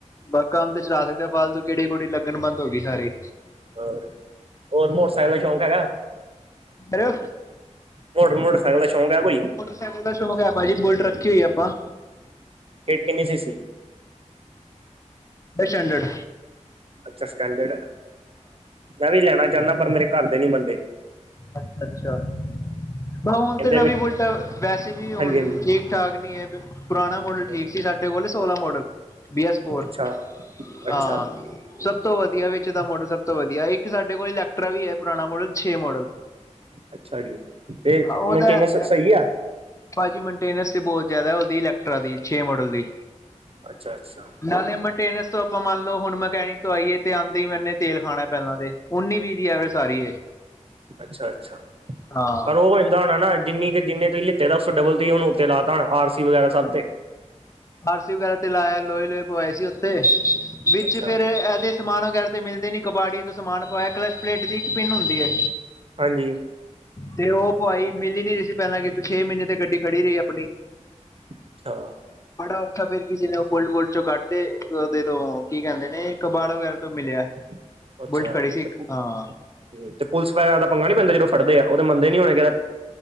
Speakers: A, on the left; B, on the right.
A: ਬਸ ਕੰਮ ਤੇ ਚਲਾ ਸਕਦੇ ਹਾਂ। ਫਾਲਤੂ ਗੇੜੀ ਗੁੜੀ ਲੱਗਣੀ ਬੰਦ ਹੋ ਗਈ ਸਾਰੀ।
B: ਹੋਰ ਹੋਰ ਮੋਟਰਸਾਈਕਲ ਦਾ ਸ਼ੌਂਕ ਹੈਗਾ।
A: ਬਰੋ।
B: ਮੋਟਰ ਮੋਟਰਸਾਈਕਲ ਦਾ ਸ਼ੌਂਕ ਹੈ ਕੋਈ।
A: ਮੋਟਰਸਾਈਕਲ ਦਾ ਸ਼ੌਕ ਹੈ। ਭਾਜੀ ਬੁਲਟ ਰੱਖੀ ਹੋਈ ਆ ਆਪਾਂ।
B: ਗੇਟ ਕਿੰਨੀ ਸੀ ਸੀ।
A: ਸਟੈਂਡਡ।
B: ਅੱਛਾ ਸਟੈਂਡਰਡ ਮੈਂ ਵੀ ਲੈਣਾ ਚਾਹੁੰਦਾ ਪਰ ਮੇਰੇ ਘਰ ਦੇ ਨੀ ਮੰਨਦੇ।
A: ਅੱਛਾ ਅੱਛਾ ਬਸ ਹੁਣ
B: ਕਹਿੰਦੇ
A: ਤੇ ਨਵੀਂ
B: ਵੀ
A: ਬੁਲਟ ਆ ਵੈਸੇ ਵੀ ਹੁਣ
B: ਹਾਂਜੀ
A: ਠੀਕ। ਠਾਕ ਨੀ ਹੈ ਪੁਰਾਣਾ ਮੋਡਲ
B: ਹਾਂਜੀ
A: ਠੀਕ ਸੀ ਸਾਡੇ ਕੋਲ ਸੋਲਾਂ ਮੋਡਲ। ਬੀ ਐੱਸ ਫੋਰ
B: ਅੱਛਾ, ਅੱਛਾ।
A: ਹਾਂ। ਸਭ ਤੋਂ ਵਧੀਆ ਵਿੱਚ ਦਾ ਮਾਡਲ ਸਭ ਤੋਂ ਵਧੀਆ ਇੱਕ ਸਾਡੇ ਕੋਲ ਇਲੈਕਟਰਾ ਵੀ ਹੈ ਪੁਰਾਣਾ ਮੋਡਲ ਛੇ ਮਾਡਲ।
B: ਅੱਛਾ ਜੀ ਤੇ
A: ਉਹਦਾ
B: ਮੇਨਟੇਨੈਂਸ
A: ਅਹ,
B: ਸਹੀ ਆ।
A: ਭਾਜੀ ਮੇਨਟੇਨੈਂਸ ਤੇ ਬਹੁਤ ਜ਼ਿਆਦਾ ਉਹਦੀ ਇਲੈਕਟ੍ਰਰਾ ਦੀ ਛੇ ਮੋਡਲ ਦੀ।
B: ਅੱਛਾ ਅੱਛਾ।
A: ਨਾਲੇ ਮੇਨਟੇਨੈਂਸ ਤੋਂ ਆਪਾਂ ਮੰਨ ਲਓ ਹੁਣ ਮਕੈਨਿਕ ਤੋਂ ਆਈਏ ਤੇ ਆਂ ਹੀ ਮੈਨੇ ਤੇਲ ਖਾਣਾ ਪਹਿਲਾਂ ਦੇ ਉੱਨੀ ਵੀਹ ਦੀ ਐਵਰੇਜ ਸਾਰੀ ਏ
B: ਅੱਛਾ -ਅੱਛਾ
A: ਹਾਂ
B: ਪਰ ਉਹ ਕਹਿੰਦਾ ਹੋਣਾ ਨਾ ਜਿੰਨੀ ਕੁ ਜਿੰਨੇ ਤੁਸੀ ਲਿੱਤੇ ਤਾਂ ਉਸੋ ਡਬਲ ਤੁਸੀਂ ਹੁਣ ਉੱਤੇ ਲਾ ਸੀ ਵਗੈਰਾ ਸਭ ਤੇ।
A: ਆਰ ਸੀ ਵਗੈਰਾ ਤੇ ਲਾਇਆ ਲੋਹੇ- ਲੋਹੇ ਪਏ ਸੀ ਉੱਥੇ ਵਿੱਚ
B: ਅੱਛਾ।
A: ਫੇਿਰ ਇਹਦੇ ਸਮਾਨ ਵਗੈਰਾ ਤੇ ਮਿਲਦੇ ਨੀ ਕਬਾੜੀਆਂ ਤੋਂ ਸਮਾਨ ਪਾਇਆ ਕਲਚ ਪਲੇਟ ਦੀ ਇੱਕ ਪਿੰਨ ਹੁੰਦੀ ਹੈ।
B: ਹਾਂਜੀ।
A: ਤੇ ਉਹ ਪਵਾਈ ਮਿਲੀ ਨੀ ਰਹੀ ਸੀ ਪਹਿਲਾਂ ਕਿਤੇ ਛੇ ਮਹੀਨੇ ਤੇ ਗੱਡੀ ਖੜੀ ਰਹੀ ਆਪਣੀ।
B: ਅੱਛਾ।
A: ਬੜਾ ਔਖਾ ਫੇਰ ਕਿਸੇ ਨੇ ਉਹ ਬੁਲਟ ਬੁੱਲਟ ਚੋਂ ਕੱਢਤੇ ਉਹਦੇ ਤੋਂ ਕੀ ਕਹਿੰਦੇ ਨੇ ਕਬਾੜ ਵਗੈਰਾ ਤੋਂ ਮਿਲਿਆ।
B: ਹੂੰ। ਅੱਛਾ
A: ਬੁਲਟ ਖੜੀ ਸੀ ਇੱਕ
B: ਹੂੰ
A: ਹਾਂ
B: ਤੇ ਪੁਲਿਸ ਵਗੈਰਾ ਦਾ ਪੰਗਾ ਨੀ ਪੈਂਦਾ ਜਦੋਂ ਫੜਦੇ ਆ ਉਹ ਤੇ ਮੰਨਦੇ ਨੀ ਹੋਣੇ ਕਹਿੰਦੇ।